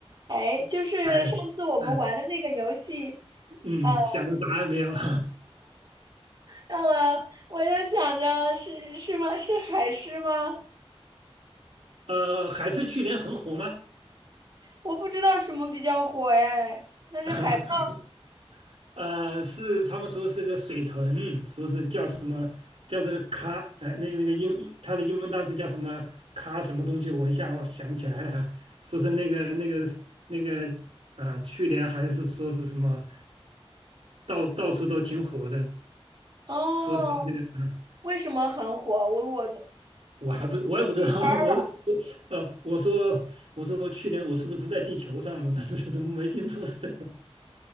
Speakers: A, on the right; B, on the right.
A: 哎，就是上次我们玩的那个游戏，
B: 哎哎，嗯，
A: 呃，
B: 想到答案没有？<laughs>
A: 那么我就想着是是吗？是海狮吗？
B: 呃，还是去年很火吗？
A: 我不知道什么比较火哎，那是海豹
B: <laughs> 呃，是他们说是个水豚，说是叫什么叫这个咖，呃，那个那个英，它的英文单词叫什么咖什么东西，我一下我想不起来了哈。说是那个那个那个啊、去年还是说是什么到到处都挺火的，
A: 哦。
B: 说它那个啊
A: 为什么很火？我我的
B: 我还不我也不知道，
A: c a p y
B: <laughs> 我我呃，
A: r a
B: 我说我说去年我是不是不在地球上？<laughs> 我怎么怎么没听说这个？